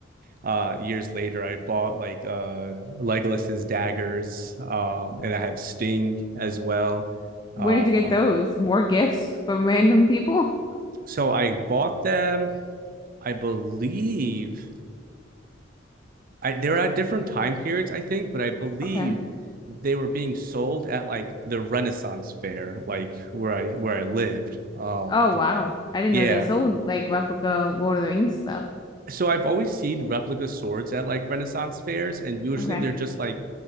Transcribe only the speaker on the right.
uh, years later, I bought like uh, Legolas's daggers, um, and I have Sting as well.
Um,
so I bought them, I believe I they're at different time periods, I think, but I believe
they were being sold at like the Renaissance fair, like where I where I lived. Um
yeah.
So I've always seen replica swords at like Renaissance fairs, and usually
they're just like